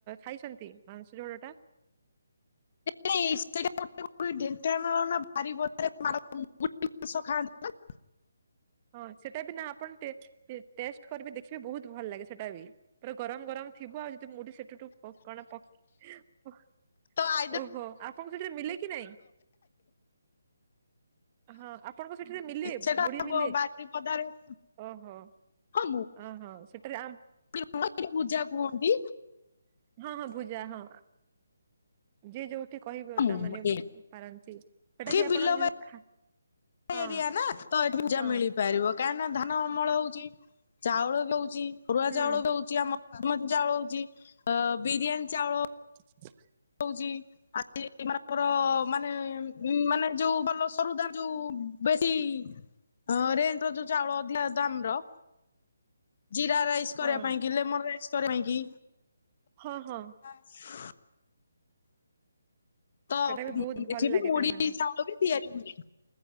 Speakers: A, on the right; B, on the left.
A: ଖାଇଛନ୍ତି ମାଂସ ଝୋଳଟା?
B: ନାଇ ସେଇ <unintelligible> <unintelligible> ଢ଼େଙ୍କାନାଳ ନା ବାରିପଦା ମୁଢ଼ି ମାଁସ ଖାଆନ୍ତି ନା।
A: ହଁ ସେଟା ବି ନା ଆପଣ ଟେ ଟେଷ୍ଟ କରିବେ ଦେଖିବେ ବହୁତ ଭଲ ଲାଗେ ସେଟା ବି ପୁରା ଗରମ ଗରମ। ଥିବ ଆଉ ଯଦି ମୁଢି ସେଠୁଠୁ କଣ ଇ ଓ
B: ତ ଆଇଦର
A: ଓହୋ ଆପଣଙ୍କୁ ସେଠୀ ମିଲେ କି ନାଇଁ। ହଁ ଆପଣଙ୍କ ସେଠି ମିଲେ
B: ସେଟା
A: ମୁଢି
B: ଆମ
A: ମିଲେ?
B: ମୁଢି ପଦାରେ <inaudible>
A: ଓହୋ
B: ହଁ
A: ଓହୋ ସେଠାରେ ଆ
B: ଏଠି ପୂଜା କୁହନ୍ତି
A: ହଁ ହଁ ଭୂଜା ହଁ। ଯିଏ ଯୋଉଠି କହିବେ
B: ମୁଁ
A: ତାମାନେ ପାରନ୍ତି ସେଟା
B: ଏଠି
A: ବି ଆପଣ
B: ବିଲ
A: ଯଦି ଖା ହଁ
B: ଏରିଆ ନା ତ ଏଠି ଭୂଜା
A: ହଁ
B: ମିଳିପାରିବ କାହିଁକି ନା ଧାନ ଅମଳ ହଉଛି ଚାଉଳ ବି ହଉଛି। ହଉଛି ଅରୁଆ
A: ହୁଁ
B: ଚାଉଳ ବି ହଉଛି ଆମ ଚାଉଳ ହଉଛି ଅ ବିରିୟାନୀ ଚାଉଳ
A: <unintelligible>
B: ହଉଛି ଆଜିଏଇ ମାନଙ୍କର ମାନେ <inaudible> ଉ ମାନେ ଯୋଉ ଭଲ ସରୁଦାର ଯୋଉ ବେଶୀ। ହଁ ରେଣ୍ଟର ଯୋଉ ଚାଉଳ ଅଧିକା ଦାମର ଜିରା ରାଇସ। କରିବା
A: ହଁ
B: ପାଇଁ କି ଲେମନ ରାଇସ୍ କରିବା ପାଇଁ କି।
A: ହଁ ହଁ।
B: ହ ତ
A: ସେଟା ବି ବହୁତ ଭଲ
B: ଏଠିବି
A: ଲାଗେ
B: ମୁଡ଼କି
A: ତାମାନେ
B: ଚାଉଳ ବି। ତିଆରି ହୁଏ